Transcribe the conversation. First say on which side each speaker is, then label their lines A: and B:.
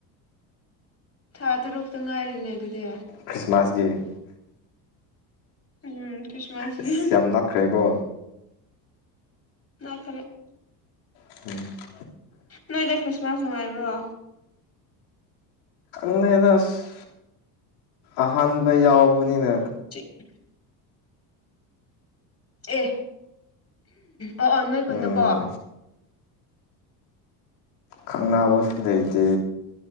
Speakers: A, on the left; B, on the left.
A: ꯊꯥ ꯇꯔꯨꯛꯇ ꯉꯥꯏꯔꯤꯅꯦ ꯑꯗꯨꯗꯤ꯫
B: ꯈ꯭ꯔꯤꯁꯃꯥꯁꯒꯤ
A: ꯎꯝ ꯈ꯭ꯔꯤꯁꯃꯥꯁꯒꯤ
B: ꯑꯁ ꯌꯥꯝ ꯅꯛꯈ꯭ꯔꯦꯀꯣ
A: <unintelligible>
B: <unintelligible>
A: ꯅꯣꯏꯗꯤ ꯈ꯭ꯔꯤꯁꯃꯥꯁ ꯅꯨꯡꯉꯥꯏꯕ꯭ꯔꯣ?
B: ꯅꯦ ꯑꯁ ꯑꯍꯥꯟꯕ ꯌꯥꯎꯕꯅꯤꯅ
A: <unintelligible> ꯑꯦ ꯑꯣ ꯑꯣ ꯅꯣꯏ ꯈꯨꯟꯗꯀꯣ꯫
B: ꯎꯝ ꯊꯪꯅꯕꯁꯨ ꯂꯩꯇꯦ꯫